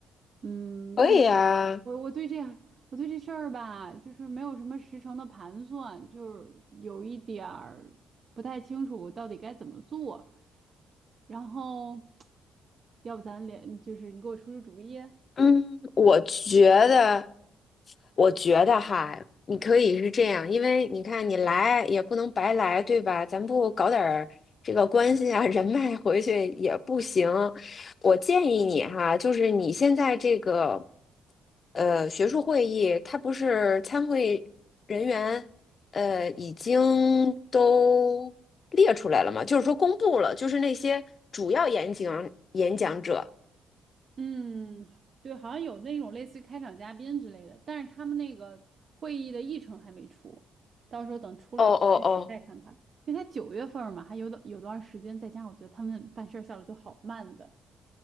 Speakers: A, on the right; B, on the left.
A: 嗯，
B: 可以啊，
A: 但。我我对这我对这事儿吧，就是没有什么实诚的盘算，就是有一点儿不太清楚到底该怎么做。然后，要不咱俩就是你给我出出主意？
B: 嗯，我觉得，我觉得哈，你可以是这样，因为你看你来也不能白来，对吧？咱不搞点儿这个关系啊、人脉回去也不行。我建议你哈，就是你现在这个呃学术会议，它不是参会人员呃已经都列出来了吗？就是说公布了，就是那些主要演讲演讲者。
A: 嗯，对，好像有那种类似于开场嘉宾之类的，但是他们那个会议的议程还没出，到时候等出了我具体再看看，
B: 哦哦哦。
A: 因为他九月份儿嘛，还有的有段时间，再加上我觉得他们办事儿效率都好慢的。